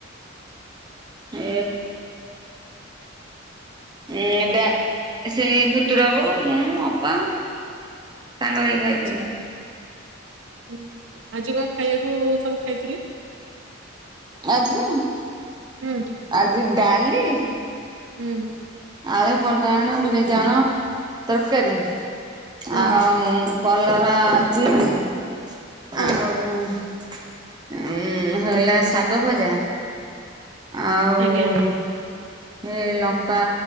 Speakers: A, on the right; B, on the right.
A: ଏ ଏ ଡା ସେଇ ପୁତୁରା ବୋଉ ମୁଁ ଅପା। ସାଙ୍ଗ ହେଇକି ଖାଇଥିଲୁ।
B: ଆଚ୍ଛା ହଁ ଆଜି କଣ ଖାଇବାକୁ ସବୁ ଖାଇଥିଲେ?
A: ଆଜି
B: ହୁଁ
A: ଆଜି ଡାଲି
B: ହୁଁ।
A: ଆଳୁ କଣ୍ଟା ବାଇଗଣ ବିଲାତି ବାଗଗଣ ତରକାରୀ
B: ହଁ
A: ଆଉ କଲରା ଚିପ୍ସି
B: ହଁ
A: ଆଉ ଉଁ ହେଲା ଶାଗ ଭଜା ଆଉ
B: ଆଜ୍ଞା
A: ଏ ଲଙ୍କା